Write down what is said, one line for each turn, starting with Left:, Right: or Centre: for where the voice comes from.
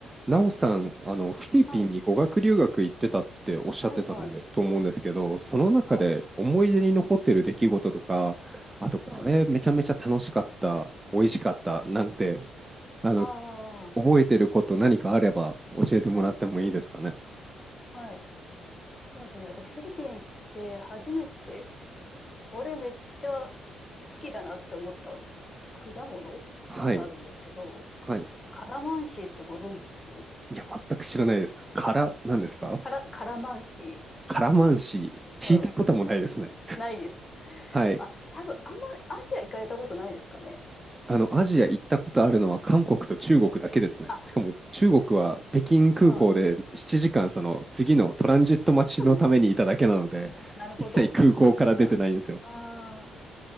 Right: なおさん、あの、フィリピンに語学留学行ってたっておっしゃってたんで、
Left: はい、はい、はい、
Right: と思うんですけど、その中で思い出に残ってる出来事とか、
Left: はい、うん、
Right: あと、これめちゃめちゃ楽しかった、
Left: はい、
Right: 美味しかった、
Left: はい、
Right: なんて、あの、
Left: ああ、
Right: 覚えてること何かあれば教えてもらってもいいですかね。
Left: はい、はい、そうですね。私、フィリピン行って初めて、これめっちゃ好きだなって思った果物があるんですけど、
Right: はい、はい。
Left: カラマンシーってご存知です
Right: いや、全く知らないです。から、何ですか
Left: カラ、カラマンシ
Right: カラマンシー。聞いたこともないですね。
Left: ー。うん、ないです。<laughs>
Right: はい。
Left: あ、多分あんまアジア行かれたことないですかね。
Right: あの、アジア行ったことあるのは韓国と中国だけですね。
Left: あ、
Right: しかも中国は北京空港で7時間その次のトランジット待ちのためにいただけなので、
Left: うん、<laughs> なるほど。
Right: 一切空港から出てないんですよ。
Left: そっか。ああ、